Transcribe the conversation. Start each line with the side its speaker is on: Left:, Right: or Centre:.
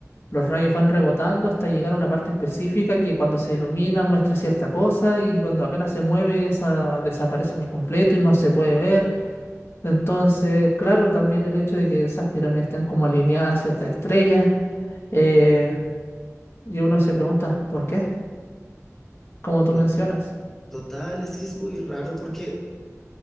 Left: los rayos van rebotando hasta llegar a una parte específica que cuando se ilumina muestra cierta cosa y cuando apenas se mueve esa desaparece por completo y no se puede ver. Entonces, claro, también el hecho de que esas pirámides estén como alineadas a ciertas estrellas, eh, y uno se pregunta, ¿por qué? Como tú
Centre: to-
Left: mencionas,
Centre: total, es que es muy raro porque